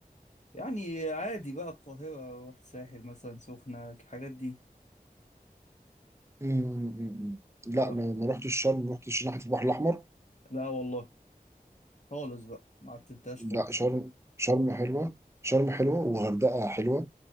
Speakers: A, on the left; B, on the right.
A: يعني عادي بقى القاهره رحت ساحل مثلا سخنه الحاجات دي
B: أمم. لا
A: لا رحت
B: ما ما رحتش شرم ما رحتش ناحية البحر الأحمر
A: لا والله خالص بقى ما عتبتهاش
B: لا
A: خالص
B: شرم شرم حلوة شرم حلوة وغردقة حلوة